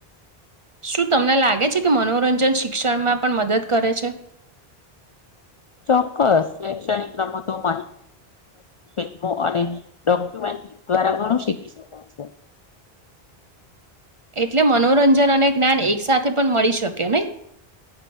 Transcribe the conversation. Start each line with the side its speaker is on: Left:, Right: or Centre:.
Right: શું તમને લાગે છે કે મનોરંજન શિક્ષણમાં પણ મદદ કરે છે.
Left: ચોક્કસ શૈક્ષણિક રમતો માહિત ફમો અને ડોક્યુમેન્ટ દ્વારા ઘણું શીખી શકાય છે.
Right: એટલે મનોરંજન અને જ્ઞાન એક સાથે પણ મળી શકે નહી.